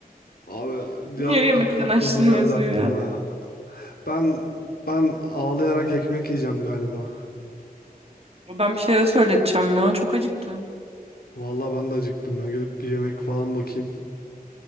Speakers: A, on the left; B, on the right.
A: Abi
B: Niye
A: Diyarbakır
B: yemekten
A: karpuzu
B: açtın
A: geldi
B: yazıyor
A: aklıma
B: ya.
A: ya. Ben ben ağlayarak ekmek yiyeceğim galiba.
B: Ben bir şeyler söyleteceğim ya. Çok acıktım.
A: Vallahi ben de acıktım. Ben gidip bir yemek falan bakayım.